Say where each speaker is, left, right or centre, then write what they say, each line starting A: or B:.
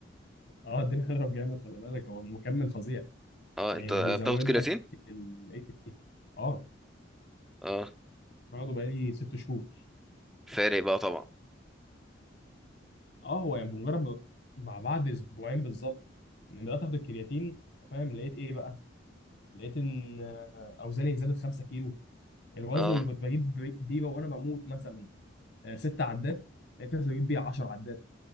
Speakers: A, on the left (about 60°); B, in the centre.
A: اه الدنيا هتضرب جامد خلي بالك هو مكمل فظيع
B: اه
A: يعني
B: انت بتاخد
A: بيزود
B: كرياتين
A: لك ال اه
B: اه
A: واخده بقالي ست شهور
B: فارق بقى طبعا
A: اه هو يعني بمجرد ما- مع بعد اسبوعين بالظبط لما بدات اخد الكرياتين انت فاهم لقيت ايه بقى؟ لقيت ان آه، اوزاني زادت 5 كيلو الوزن
B: اه
A: اللي
B: ان
A: كنت بجيب بي- بيه وانا بموت مثلا آه، ست عدات لقيت نفسي بجيب بيها 10 عدات